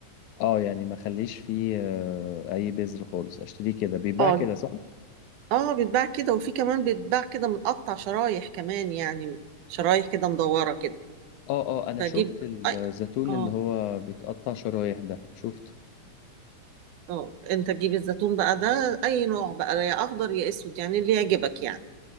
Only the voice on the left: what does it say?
اه يعني ما اخليش فيه آه، اي بذر خالص اشتريه كده بيتباع
كده صح
اه اه انا
شفت الزيتون
اللي هو بيتقطع شرايح ده شفته